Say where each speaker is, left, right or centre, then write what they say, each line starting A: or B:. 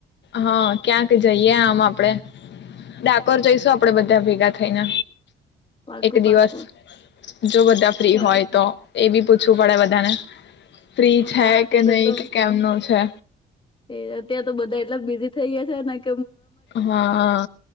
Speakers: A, on the left (about 65°); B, on the left (about 25°).
A: હા, ક્યાંક જઈએ આમ આપડે ડાકોર જઈશું આપડે બધા ભેગા થઈને.
B: પાકું
A: એક
B: પાકું.
A: દિવસ જો બધા ફ્રી
B: સો
A: હોય
B: ટકા
A: તો એ બી શું પડે બધાને. ફ્રી છે
B: હા અત્યારે
A: કે નહી
B: તો
A: કે કેમનો છે.
B: એ અત્યાં તો બધા એટલા બીઝી થઈ ગ્યા. છેને.
A: હા